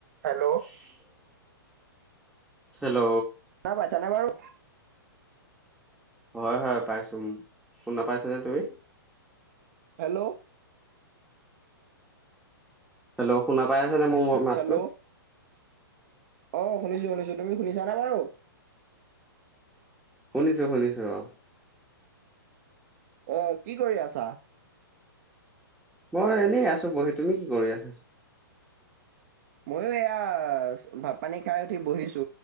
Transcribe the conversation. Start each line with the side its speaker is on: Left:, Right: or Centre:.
Right: Hello?
Centre: <inaudible> Hello?
Right: শুনা পাইছা নে বাৰু?
Centre: হয়, হয়, পাইছো, উ, শুনা পাইছানে তুমি?
Right: হেল্ল'?
Centre: হেল্ল শুনা পাই আছানে মোৰ ম মাতটো
Right: হেল্ল' অ', শুনিছো শুনিছো, তুমি শুনিছানে বাৰু?
Centre: শুনিছোঁ শুনিছো অ'।
Right: অ', কি কৰি আছা?
Centre: মই এনেই আছো বহি তুমি কি কৰি আছা?
Right: ময়ো এয়া ভাত পানী খাই উঠি বহিছো,